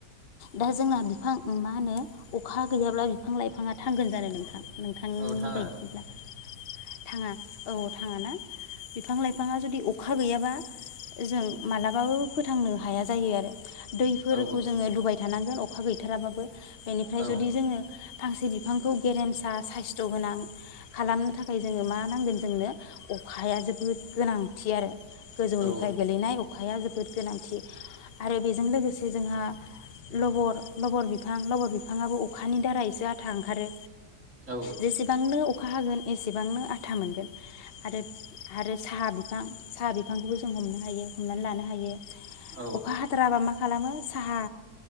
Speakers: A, on the left (about 45°); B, on the right (about 50°).
A: दा जोंना बिफां ओं मा मा होनो अखा गैयाब्ला बिफां लाइ। फाङा थांगोन जानो नोंथां नोंथांनि
B: औ थाङा
A: बायदिब्ला थाङा। औ थाङा ना बिफां लाइफाङा जुदि अखा गैयाबा जों मालाबाबो फोथांनो हाया जायो आरो। दैफोरखौ
B: औ
A: जोङो लुबाय थानांगोन अखा गैथाराबाबो बेनिफ्राय
B: औ
A: जुदि जोङो फांसे बिफांखौ गेरेमसा साइस्थ' गोनां खालामनो थाखाय जोङो मा नांगोन जोंनो अखाया जोबोद गोनांथि आरो गोजौनिफ्राय
B: औ
A: गोलैनाय अख अखाया जोबोद गोनांथि आरो बेजों लोगोसे जोंहा लबर लबर बिफां लबर बिफाङाबो अखानि दारसो आथा ओंखारो
B: औ
A: जेसेबांनो अखा हागोन एसेबांनो आथा मोनगोन आरो आरो साहा बि बिफां साहा बिफांखौबो जों हमनो हायो। हमनानै लानो हायो
B: औ
A: अखा हाथाराबा मा खालामो साहा।